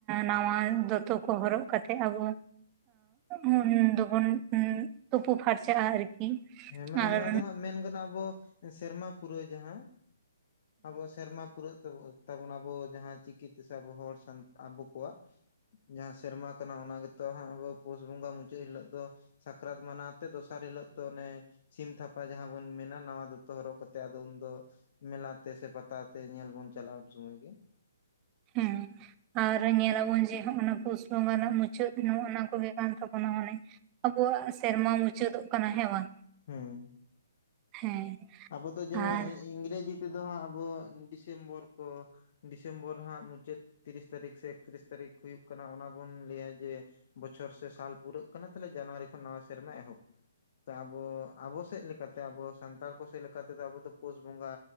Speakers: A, on the right; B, on the left.
A: ᱱᱟᱣᱟ ᱫᱚᱛᱚ ᱠᱚ ᱦᱚᱨᱚᱜ ᱠᱟᱛᱮᱜ ᱟᱵᱚ ᱩᱱ ᱫᱚᱵᱚᱱ ᱛᱩᱯᱩ ᱯᱷᱟᱨᱪᱟᱜᱼᱟ ᱟᱨᱠᱤ᱾
B: ᱦᱮᱸ ᱢᱟᱱᱮ
A: ᱟᱨ
B: ᱱᱚᱣᱟ ᱫᱚ ᱦᱟᱸᱜ ᱢᱮᱱ ᱜᱟᱱᱚᱜᱼᱟ ᱟᱵᱚ ᱥᱮᱨᱢᱟ ᱯᱩᱨᱟᱹᱣ ᱡᱟᱦᱟᱸ ᱟᱵᱚ ᱥᱮᱨᱢᱟ ᱯᱩᱨᱟᱹᱜ ᱛᱟᱵᱚ ᱛᱟᱵᱚᱱ ᱟᱵᱚ ᱡᱟᱦᱟᱸ ᱪᱤᱠᱤᱛᱮᱥᱮ ᱟᱵᱚ ᱦᱚᱲ ᱥᱟᱱ ᱟᱵᱚ ᱠᱚᱣᱟᱜ᱾ ᱡᱟᱦᱟᱸ ᱥᱮᱨᱢᱟ ᱠᱟᱱᱟ ᱚᱱᱟ ᱜᱮᱛᱚ ᱦᱟᱸᱜ ᱟᱵᱚ ᱯᱩᱥ ᱵᱚᱸᱜᱟ ᱢᱩᱪᱟᱹᱫ ᱦᱤᱞᱳᱜ ᱫᱚ ᱥᱟᱠᱨᱟᱛ ᱢᱟᱱᱟᱣᱛᱮ ᱫᱚᱥᱟᱨ ᱦᱤᱞᱚᱜ ᱛᱚ ᱚᱱᱮ ᱥᱤᱢ ᱛᱷᱟᱯᱟ ᱡᱟᱦᱟᱸ ᱵᱚᱱ ᱢᱮᱱᱟ, ᱱᱟᱣᱟ ᱫᱚᱛᱚ ᱦᱚᱨᱚᱜ ᱠᱟᱛᱮᱜ ᱟᱫᱚ ᱩᱱᱫᱚ ᱢᱮᱞᱟᱛᱮ ᱥᱮ ᱯᱟᱛᱟ ᱛᱮ ᱧᱮᱞ ᱵᱚᱱ ᱪᱟᱞᱟᱜᱼᱟ ᱩᱱ ᱥᱩᱢᱟᱹᱭ ᱜᱮ᱾
A: ᱦᱮᱸ ᱟᱨ ᱧᱮᱞᱟᱵᱚᱱ ᱡᱮ ᱦᱚᱸᱜ-ᱚᱱᱟ ᱯᱩᱥ ᱵᱚᱸᱜᱟ ᱨᱮᱱᱟᱜ ᱢᱩᱪᱟᱹᱫ ᱱᱚᱜ ᱚᱱᱟ ᱠᱚᱜᱮ ᱠᱟᱱ ᱛᱟᱵᱚᱱᱟ ᱢᱟᱱᱮ᱾ ᱟᱵᱚᱣᱟᱜ ᱥᱮᱨᱢᱟ ᱢᱩᱪᱟᱹᱫᱚᱜ ᱠᱟᱱᱟ ᱦᱮᱸ ᱵᱟᱝ᱾
B: ᱦᱮᱸ
A: ᱦᱮᱸ
B: ᱟᱵᱚ ᱫᱚ ᱡᱮᱢᱚᱱ
A: ᱟᱨ
B: ᱤ-ᱤᱝᱨᱮᱡᱤ ᱛᱮᱫᱚ ᱦᱟᱸᱜ ᱟᱵᱚ ᱰᱤᱥᱮᱢᱵᱚᱨ ᱠᱚ᱾ ᱰᱤᱥᱮᱢᱵᱚᱨ ᱦᱟᱸᱜ ᱢᱩᱪᱟᱹᱫ ᱛᱤᱨᱤᱥ ᱛᱟᱹᱨᱤᱠᱷ ᱥᱮ ᱮᱠᱛᱨᱤᱥ ᱛᱟᱹᱨᱤᱠᱷ ᱦᱩᱭᱩᱜ ᱠᱟᱱᱟ ᱚᱱᱟ ᱵᱚᱱ ᱞᱟᱹᱭᱟ ᱡᱮ ᱵᱚᱪᱷᱚᱨ ᱥᱮ ᱥᱟᱞ ᱯᱩᱨᱟᱹᱜ ᱠᱟᱱᱟ ᱛᱟᱦᱚᱞᱮ ᱡᱟᱱᱩᱣᱟᱨᱤ ᱠᱷᱚᱱ ᱱᱟᱣᱟ ᱥᱮᱨᱢᱟ ᱮᱦᱚᱵ᱾ ᱵᱚ ᱟᱵᱚ ᱥᱮᱫ ᱞᱮᱠᱟᱛᱮ ᱟᱵᱚ ᱥᱟᱱᱛᱟᱲ ᱠᱚ ᱥᱮᱫ ᱞᱮᱠᱟᱛᱮᱫᱚ ᱟᱵᱚ ᱫᱚ ᱯᱩᱥ ᱵᱚᱸᱜᱟ